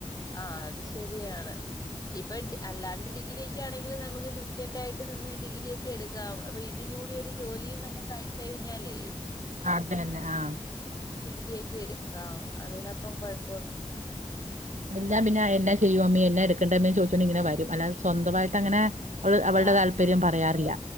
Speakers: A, on the left (about 30°); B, on the right (about 85°).
A: ആ അത് ശരിയാണ് ഇപ്പൊ ഡി അല്ലാണ്ട് ഡി ഡിഗ്രിയെക്കെ ആണെങ്കിൽ നമുക്ക് ഡിസ്റ്റൻ്റയിട്ട് നിന്ന് ഡിഗ്രിയെക്കെ എടുക്കാം അപ്പോ- അതിലൂടെ ഒരു ജോലിയും നമ്മുക്കായി- കെഴിഞ്ഞാലേ-
B: അതെന്നെ ആഹ
A: ഡിഗ്രിയെക്കെ എടുക്കാം അതിനപ്പൊ കൊഴപോന്നുല്ല <inaudible>
B: എന്താ പിന്നെ എന്നാ ചെയ്യും അമ്മേ എന്ന എടുക്കണ്ടേ അമ്മേ ചോയിച്ചോണ്ട് ഇങ്ങന വരും അല്ലാതെ സ്വന്തമായിട്ട് അങ്ങനെ അവള് അവളുടെ
A: ആ
B: താല്പര്യം പറയാറില്ല